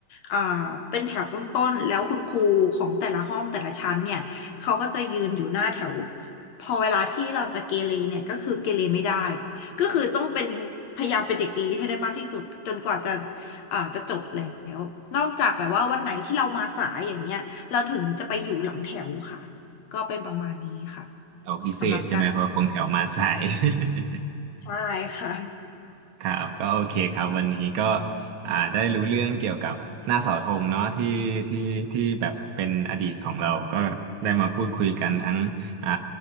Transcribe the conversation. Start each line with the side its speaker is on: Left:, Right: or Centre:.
Left: อ่าเป็นแถวต้นๆ แล้วคุณครูของแต่ละห้องแต่ละชั้นเนี่ยเขาก็จะยืนอยู่หน้าแถวพอเวลาที่เราจะเกเรเนี่ยก็คือเกเรไม่ได้ก็คือต้องเป็นพยายามเป็นเด็กดีให้ได้มากที่สุดจนกว่าจะอ่าจะจบแล้วนอกจากแบบว่าวันไหนที่เรามาสายอย่างเงี้ยเราถึงจะไปอยู่หลังแถวค่ะก็เป็นประมาณนี้ค่ะ
Right: แถวพิเศษใช่ไหมเพราะคงแถวมาสาย
Left: สำหรับการสอน
Right: <laughs>
Left: ใช่ค่ะ
Right: ครับก็โอเคครับวันนี้ก็อ่าได้รู้เรื่องเกี่ยวกับหน้าเสาธงเนาะที่ที่ที่แบบเป็นอดีตของเราก็ได้มาพูดคุยกันทั้งอ่า